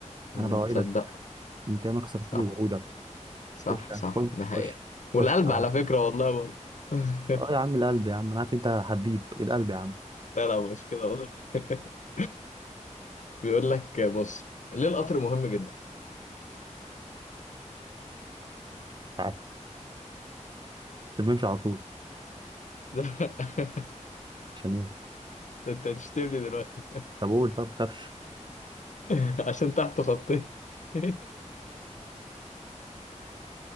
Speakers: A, on the left; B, on the right.
A: اه
B: انا بوعدك
A: تصدق
B: انت ما كسرت
A: صح
B: لي وعودك
A: صح
B: خش
A: صح
B: خش
A: ده حقيقة
B: خش
A: والقلب
B: خش عليا
A: على فكرة والله برضه <laughs>
B: اه يا عم القلب يا عم انا عارف انت حبيب إيه القلب يا عم
A: لا لا مش كده والله <laughs> بيقول لك آه، بص ليه القطر مهم جدا
B: عارف بنمشي على طول
A: <laughs>
B: عشان ايه
A: ده انت هتشتمني دلوقتي
B: طب قول طب ما تخافش
A: <laughs> عشان تحته خطين <laughs>